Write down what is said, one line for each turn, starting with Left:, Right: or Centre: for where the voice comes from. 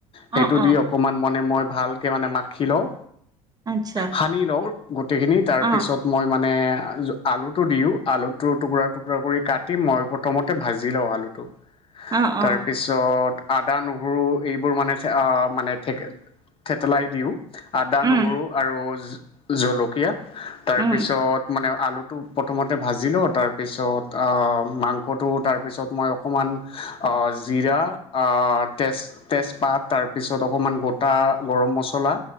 Left: সেইটো
Right: অ
Left: দি
Right: অ
Left: অকণমান মনে মই ভালকে মানে মাখি লওঁ।
Right: আচ্ছা
Left: সানি লওঁ গোটেইখিনি তাৰপিছত
Right: অ
Left: মই মানে আলুটো দিওঁ আলুটো টুকুৰা টুকুৰা কৰি কাটি মই প্ৰথমতে ভাজি লওঁ আলুটো,
Right: অ
Left: তাৰপিছত
Right: অ
Left: আদা নহৰু এইবোৰ মানে মানে থে থেতেলাই দিওঁ আদা
Right: উম
Left: নহৰু আৰু। জলকীয়া তাৰপিছত
Right: উম
Left: মানে আলু। টো প্ৰথমতে ভাজি লও তাৰপিছত আ মাংসটো তাৰপিছত মই অকণমান। অ জিৰা, অহ তেজ তেজপাত। তাৰপিছত অকমান গোটা গৰম মছলা।